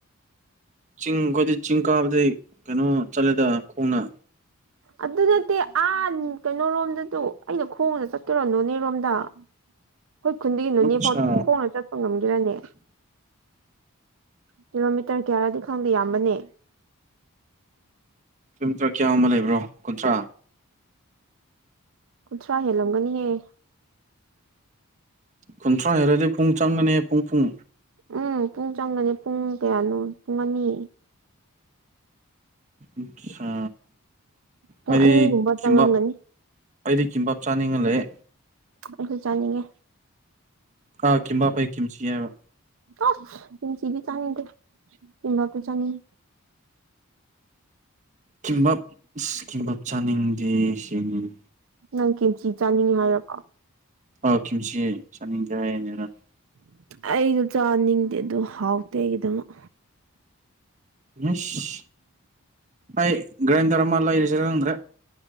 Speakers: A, on the right; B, on the right.
A: ꯆꯤꯡ ꯑꯩꯈꯣꯏꯗꯤ ꯆꯤꯡ ꯀꯥꯕꯗꯤ ꯀꯩꯅꯣ ꯆꯠꯂꯦꯗ ꯈꯣꯡꯅ
B: ꯑꯗꯨ ꯅꯠꯇꯦ ꯑ ꯀꯩꯅꯣꯔꯣꯝꯗꯗꯨ ꯑꯩꯅ ꯈꯣꯡꯅ ꯆꯠꯀꯦꯔꯣ ꯅꯣꯅꯦꯔꯣꯝꯗ ꯑꯩꯈꯣꯏ ꯈꯨꯟꯗꯒꯤ ꯅꯣꯅꯦꯐꯥꯎ
A: ꯑꯠꯆꯥ
B: ꯈꯣꯡꯅ ꯆꯠ ꯉꯝꯗꯔꯅꯦ ꯀꯤꯂꯣꯃꯤꯇꯔ ꯀꯌꯥꯔꯗꯤ ꯈꯪꯗꯦ ꯌꯥꯝꯕꯅꯦ
A: ꯆꯨꯝ ꯆꯔꯥ ꯀꯌꯥ ꯑꯃ ꯂꯩꯕ꯭ꯔꯣ ꯀꯨꯟꯊ꯭ꯔꯥ
B: ꯀꯨꯟꯊ꯭ꯔꯥ ꯍꯦꯜꯂꯝꯒꯅꯤꯍꯦ
A: ꯀꯨꯟꯊ꯭ꯔꯥ ꯍꯦꯜꯗꯤ ꯄꯨꯡ ꯆꯪꯒꯅꯤ ꯄꯨꯡ ꯄꯨꯡ
B: ꯎꯝ ꯄꯨꯡ ꯆꯪꯒꯅꯤ ꯄꯨꯡ ꯀꯌꯥꯅꯣ ꯄꯨꯡ ꯑꯅꯤ
A: ꯑꯆꯥ
B: ꯄꯨꯡ
A: ꯑꯩꯗꯤ
B: ꯑꯅꯤꯒꯨꯝꯕ
A: ꯀꯤꯝꯕꯥꯞ
B: ꯆꯪꯉꯝꯒꯅꯤ
A: ꯑꯩꯗꯤ ꯀꯤꯝꯕꯥꯞ ꯆꯥꯅꯤꯡꯉꯂꯩꯌꯦ
B: ꯑꯩꯁꯨ ꯆꯥꯅꯤꯡꯉꯦ
A: ꯀꯥ ꯀꯤꯝꯕꯥꯞꯄꯩ ꯀꯤꯞꯆꯤ ꯍꯥꯏꯕ
B: ꯑꯁ ꯀꯤꯝꯆꯤꯗꯤ ꯆꯥꯅꯤꯡꯗꯦ ꯀꯤꯝꯚꯥꯞꯇꯤ ꯆꯥꯅꯤꯡꯉꯤ
A: ꯀꯤꯝꯕꯞ ꯏꯁ ꯀꯤꯝꯕꯞ ꯆꯥꯅꯤꯡꯗꯦ ꯑꯁꯦꯡꯕꯅꯦ
B: ꯅꯪ ꯀꯤꯝꯆꯤ ꯆꯥꯅꯤꯡ ꯍꯥꯏꯔꯀꯣ
A: ꯑꯥ ꯀꯤꯝꯆꯤ ꯆꯥꯅꯤꯡꯇꯦ ꯍꯥꯏꯌꯦ ꯅꯦ ꯅꯪ
B: ꯑꯩꯗꯣ ꯆꯥꯅꯤꯡꯗꯦ ꯑꯗꯨ ꯍꯥꯎꯇꯦ ꯑꯩꯒꯤꯗꯃꯛ
A: ꯃꯤꯁ ꯑꯩ ꯒ꯭ꯔꯥꯏꯟꯗꯔ ꯑꯃ ꯂꯩꯔꯁꯤꯔꯈꯪꯗ꯭ꯔꯦ